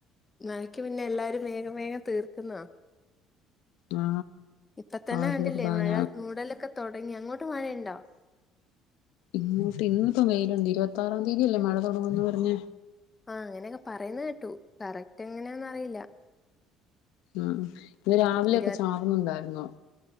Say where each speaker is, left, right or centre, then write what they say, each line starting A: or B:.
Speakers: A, on the left (about 15°); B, on the left (about 80°).
A: മഴക്ക് മുന്നേ എല്ലാരും വേഗം വേഗം തീർക്കുന്നതാ
B: ആ
A: ഇപ്പ തന്നെ
B: ആദ്യ
A: കണ്ടില്ലേ
B: കുർബാന
A: മഴ മൂടലൊക്കെ തൊടങ്ങി അങ്ങോട്ട് മഴയുണ്ടോ
B: ഇങ്ങോട്ട് ഇന്നിപ്പോ വെയിലുണ്ട് ഇരു പത്താറാം തീയതിയല്ലേ മഴ തുടങ്ങുന്ന് പറഞ്ഞെ
A: ആ അങ്ങനെയൊക്കെ പറയുന്നെ കേട്ടു കറ റ്റ് എങ്ങനെയാന്ന് അറിയില്ല
B: ആ ഇന്ന് രാവിലെയൊക്കെ
A: ഇരുപ
B: ചാറുന്നുണ്ടായിരുന്നു.